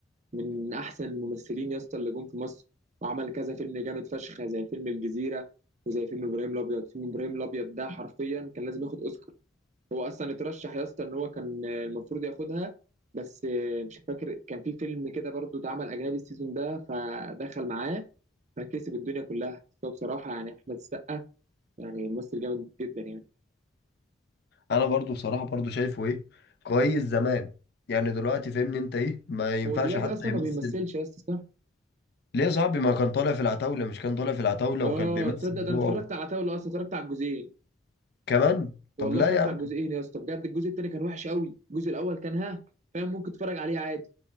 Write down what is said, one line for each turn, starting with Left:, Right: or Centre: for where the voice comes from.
Right: من احسن الممثلين يا اسطى اللي جم في مصر وعمل كذا فيلم جامد فشخ زي فيلم الجزيره وزي فيلم ابراهيم الابيض فيلم ابراهيم الابيض ده حرفيا كان لازم ياخد اوسكار هو اصلا اترشح يا اسطى ان هو كان آه، المفروض ياخدها بس آه، مش فاكر كان في فيلم كده برضو اتعمل اجنبي السيزون ده فدخل معاه فكسب الدنيا كلها بس هو بصراحه يعني احمد السقا يعني ممثل جامد جدا يعني
Left: انا برضو بصراحه برضو شايفه ايه كويس زمان يعني دلوقتي فاهمني انت ايه ما ينفعش
Right: هو دلوقتي
Left: حتى
Right: اصلا
Left: يمثل
Right: ما بيمثلش يا اسطى صح
Left: ليه يا صاحبي ما كان طالع في العتاوله مش كان طالع في العتاوله
Right: اه
Left: وكان بيمثل
Right: تصدق ده انا
Left: هو
Right: اتفرجت
Left: و-
Right: على عتاولة اصلا اتفرجت على الجزئين
Left: كمان
Right: والله
Left: طب لا
Right: اتفرجت
Left: يا عم
Right: على الجزئين يا اسطى بجد الجزء التاني كان وحش قوي الجزء الاول كان ها فاهم ممكن تتفرج عليه عادي